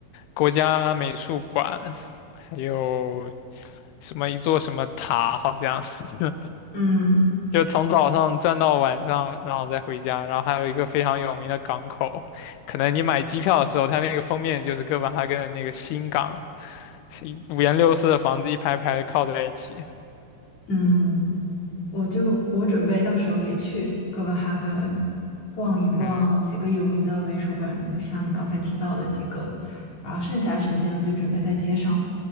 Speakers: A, on the left; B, on the left.
A: 国家美术馆，还有什么一座什么塔，好像 <laughs>
B: 嗯，
A: 就从早上转到晚上，然后再回家，然后还有一个非常有名的港口，可能你买机票的时候，它那个封面就是哥本哈根的那个新港，是一五颜六色的房子一排排靠在一起。
B: 嗯，我就我准备到时候也去哥本哈根逛一逛几个有名的美术馆，
A: 嗯，
B: 像你刚才提到的几个，然后剩下时间我就准备在街上